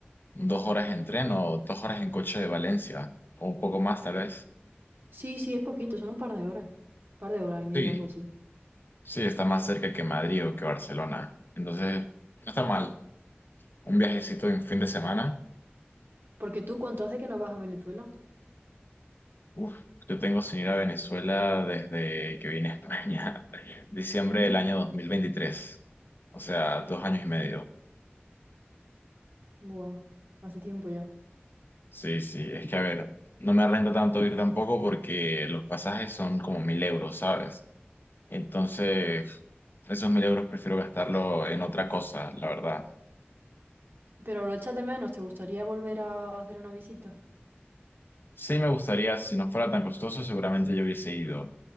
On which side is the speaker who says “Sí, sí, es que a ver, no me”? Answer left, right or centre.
Left